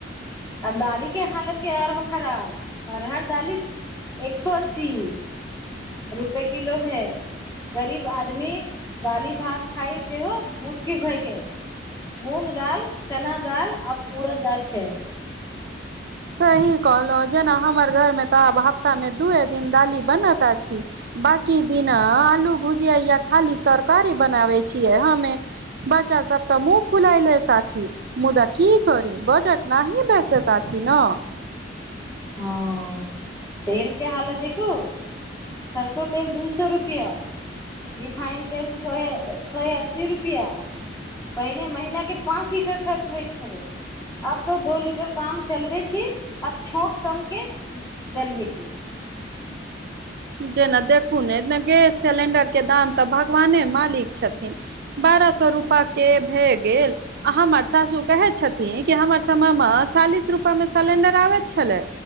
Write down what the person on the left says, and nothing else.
आर दालि के हालत के तऽ और खराब अरहर दालि एक सो अस्सी। रुपए किलो भै गरीब आदमी दालि भात खाइ सेहो मुश्किल भए गेल। मूँग दाल, चना दालि, आब उड़द छै।
हँ तेल के हालत देखू सरसो तेल दू सौ रुपया। रिफाइन तेल सोहे सोहे अस्सी रुपया। पहिने महिना के पाँच लीटर खर्च होइत छलै। अब तो दो लीटर काम चलबे छी, अब छौंक कम के दलिये के।